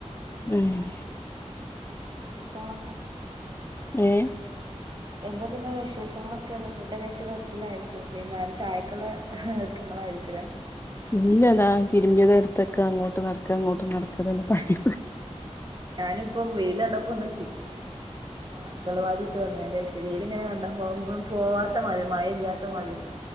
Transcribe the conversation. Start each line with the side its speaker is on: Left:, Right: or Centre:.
Left: ഉം
Right: എന്ത പിന്നെ വിശേഷങ്ങളൊക്കെ
Left: ഏഹ്
Right: എന്താ പിന്നെ വിശേഷങ്ങളൊക്കെ അഹ് ഫുഡ കഴച്ച് റസ്റ്റിലായിരിക്കും വൈകുന്നേരം ചായക്കുള്ള ഒരുക്കങ്ങളായിയിരിക്കല്ലേ?
Left: ഇല്ലാതാ തിരുമ്പിയ എടുത്ത് വേക്ക അങ്ങോട്ട് നടക്ക ഇങ്ങോട്ട് നടക്ക
Right: അതെ
Left: തന്നെ പണി
Right: ഞാനിപ്പം വെയിലണ്ടപ്പോ ഒന്ന് ച്ചി - ക്ക് മോളെങ്കളവാടി ട്ട് വന്നേന്റെഷം വെയിലിങ്ങനെ കണ്ടാ പോവാത്ത മാതിരി. മയ ഇല്ലാത്ത മാതിരി